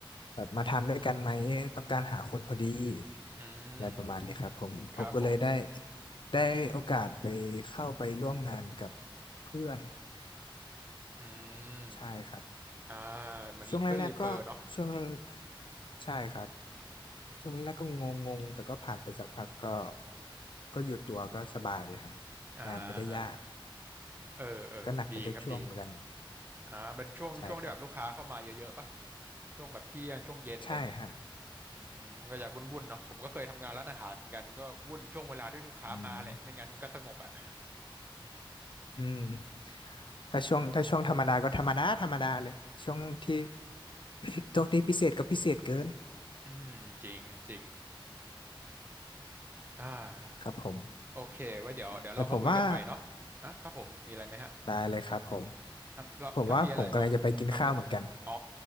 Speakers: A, on the left; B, on the right.
A: แบบมาทำด้วยกันไหมต้องการหาคนพอดี
B: อืม
A: อะไรประมาณนี้ครับผมผมก็เลยได้
B: ครับผม
A: ได้โอกาสไปเข้าไปร่วมงานกับเพื่อน
B: อืม
A: ใช่ครับ
B: อ่าเหมือนเพื่อนรีเฟอร์เนาะ
A: ช่วงแรกๆก็ช่วงแรกใช่ครับช่วงแรกๆก็งงๆแต่ก็ผ่านไปสักพักก็ก็อยู่ตัวก็สบายเลยฮะ
B: อ่า
A: งานไม่ได้ยาก
B: เออเออดีครับดี
A: ก็หนักเป็นช่วงๆเหมือนกัน
B: อ่าเป็นช่วงช่วงที่แบบลูกค้าเข้ามาเยอะๆป่ะ
A: ใช่ครับ
B: ช่วงแบบเที่ยงช่วงเย็นอะไรอย่างงี้
A: ใช่ฮะ
B: อืมก็อย่าวุ่นๆเนาะผมก็เคยทำงานร้านอาหารเหมือนกันก็วุ่นช่วงเวลาที่ลูกค้ามาแหละไม่งั้นมันก็สงบอ่ะ
A: อืม อืมถ้าช่วงถ้าช่วงธรรมดาก็ธรรมดาธรรมดาเลยช่วงที่ <coughs> ช่วงที่พิเศษก็พิเศษเกิน
B: <laughs> อืมจริงครับจริงอ่า
A: ครับผม
B: โอเคไว้เดี๋ยวเดี๋ยวเรามาคุยกันใหม่เนาะอ่ะครับผมมีอะไรไหมฮะ
A: แต่ผมว่าได้เลยครับผม
B: ครับเราถ้ามีอะไรลองครับผมอ๋อ
A: ผมว่าผมกำลังจะไปกินข้าวเหมือนกัน